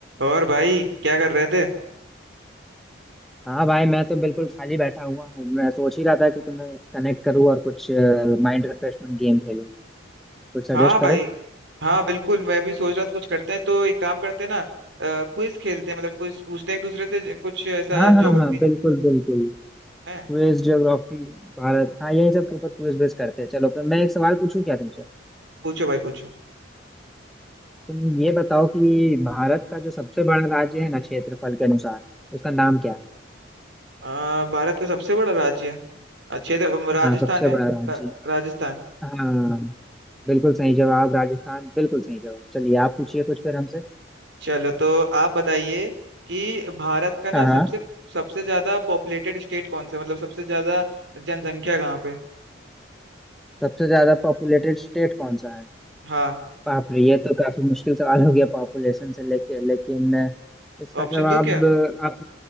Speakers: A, on the right (about 65°); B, in the centre.
A: और भाई क्या कर रहे थे
B: हाँ भाई मैं तो बिल्कुल खाली बैठा हुआ हूँ मैं सोच ही रहा था कि तुम्हें कनेक्ट करूँ और कुछ माइंड रिफ्रेशमेंट गेम खेलूँ कुछ सजेस्ट
A: हाँ
B: करो
A: भाई हाँ बिल्कुल मैं भी सोच रहा था कुछ करते हैं तो एक काम करते हैं ना क्विज खेलते हैं मतलब क्विज पूछते हैं एक दूसरे से कुछ ऐसा
B: हाँ
A: ज्योग्राफी
B: हाँ हाँ
A: से
B: बिल्कुल बिल्कुल
A: है
B: क्विज ज्योग्राफी भारत हाँ यही सब के ऊपर क्विज बेस करते हैं चलो फिर मैं एक सवाल पूछूं क्या तुमसे
A: पूछो भाई पूछो
B: तुम ये बताओ कि भारत का जो सबसे बड़ा राज्य है ना क्षेत्रफल के अनुसार उसका नाम क्या है
A: आ, भारत का सबसे बड़ा राज्य क्षेत्र अम, राजस्थान
B: हाँ सबसे
A: है
B: बड़ा राज्य
A: रा- राजस्थान
B: हाँ बिल्कुल सही जवाब राजस्थान बिल्कुल सही जवाब चलिए आप पूछिए कुछ फिर हमसे
A: चलो तो आप बताइए कि भारत का ना
B: हाँ
A: सबसे
B: हाँ
A: सबसे ज्यादा पॉपुलेटेड स्टेट कौन सा है? मतलब सबसे ज्यादा जनसंख्या कहाँ पे
B: सबसे ज्यादा पॉपुलेटेड स्टेट कौन सा है
A: हाँ
B: बाप रे ये तो काफी मुश्किल सवाल हो गया पॉपुलेशन से लेके लेकिन इसका
A: ऑप्शन
B: जवाब
A: दूं क्या
B: आप